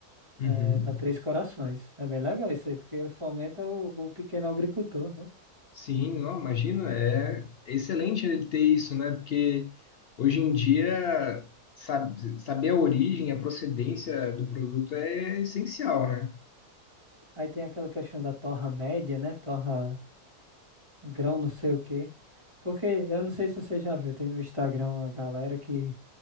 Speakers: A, on the left; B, on the right.
A: Uhum.
B: É, da Três Corações. É bem legal isso aí, porque ele fomenta o, o pequeno agricultor, né?
A: Sim, não, imagina, é excelente ele ter isso, né? Porque hoje em dia sabe- saber a origem, a procedência do produto é essencial, né? <laughs>
B: Aí tem aquela questão da torra média, né? Torra grão, não sei o quê. Porque eu não sei se você já viu, tem no Instagram uma galera que,